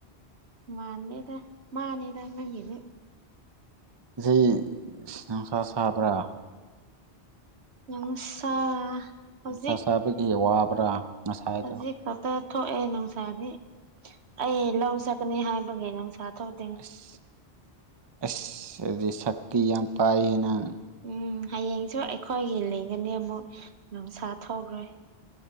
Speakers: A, on the right; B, on the right.
A: ꯃꯥꯅꯦꯗ ꯃꯥꯅꯤꯗ ꯅꯪꯒꯤꯅꯦ
B: ꯖꯤ ꯏꯁ ꯅꯣꯡꯁꯥ ꯁꯥꯕ꯭ꯔꯥ
A: ꯅꯨꯡꯁꯥ ꯍꯧꯖꯤꯛ
B: ꯅꯨꯡꯁꯥ ꯁꯥꯕꯀꯤ ꯋꯥꯕ꯭ꯔꯥ ꯉꯁꯥꯏꯗꯣ
A: ꯍꯧꯖꯤꯛ ꯁꯣꯇ ꯊꯣꯛꯑꯦ ꯅꯨꯡꯁꯥꯗꯤ ꯑꯩ ꯂꯧ ꯆꯠꯀꯅꯤ ꯍꯥꯏꯕꯒꯤ ꯅꯨꯡꯁꯥ ꯊꯣꯛ
B: ꯑꯁ ꯑꯁ ꯑꯗꯨꯗꯤ ꯁꯛꯇꯤ ꯌꯥꯝ ꯄꯥꯏꯍꯦ ꯅꯪ
A: ꯎꯝ ꯍꯌꯦꯡꯁꯨ ꯑꯩꯈꯣꯏꯒꯤ ꯂꯤꯡꯒꯅꯤꯃꯨꯛ ꯅꯨꯡꯁꯥ ꯊꯣꯛꯒ꯭ꯔꯦ